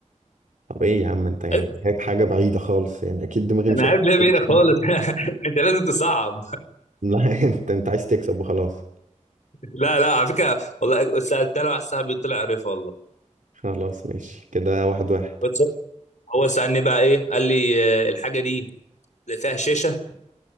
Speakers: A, on the right (about 85°); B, on the left (about 70°).
A: طب ايه يا عم انت يعني
B: ايوه
A: جايب حاجة بعيدة خالص يعني اكيد دماغي
B: انا
A: مش هتبقى
B: عارف ليه
A: <laughs>
B: بعيدة خالص <laughs> انت لازم تصعب
A: لا انت انت عايز تكسب وخلاص
B: لا لا على فكره والله سالتها له على الساعه طلع عارفها والله
A: خلاص ماشي كده واحد واحد
B: بس هو سالني بقى ايه قال لي آه، الحاجه دي فيها شاشه